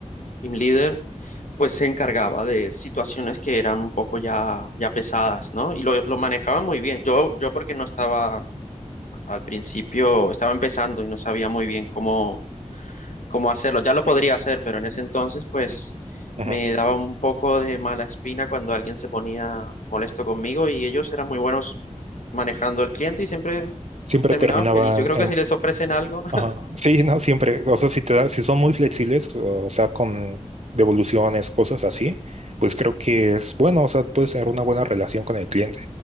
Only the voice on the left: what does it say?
team leader pues se encargaba de situaciones que eran un poco ya, ya pesadas, ¿no? Y lo, lo manejaba muy bien. Yo, yo porque no estaba al principio, estaba empezando y no sabía muy bien cómo, cómo hacerlo. Ya lo podría hacer, pero en ese entonces, pues
me daba un poco de mala espina cuando alguien se ponía molesto conmigo y ellos eran muy buenos manejando al cliente y siempre
terminaban
feliz. Yo creo que si les ofrecen algo,